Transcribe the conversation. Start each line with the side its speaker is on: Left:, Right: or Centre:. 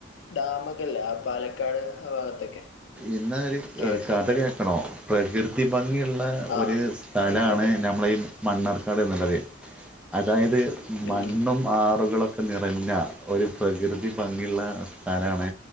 Left: ഡാമൊക്കെ ഇല്ലേ ആ പാലക്കാട് ആ ഭാഗത്തൊക്കെ
Centre: ഇന്നാ ഒരു
Left: കേട്ടിട്ടുണ്ട്
Centre: കഥ കേൾക്കണോ പ്രകൃതി ഭംഗിയുള്ള
Left: ആ
Centre: ഒരു സ്ഥലാണ്
Left: പറഞ്ഞോളൂ
Centre: നമ്മളെ ഈ മണ്ണാർക്കാട് എന്നുള്ളത് അതായത് മണ്ണും
Left: ഉം
Centre: ആറുകളൊക്കെ നിറഞ്ഞ ഒരു പ്രകൃതി ഭംഗിയുള്ള സ്ഥലാണ്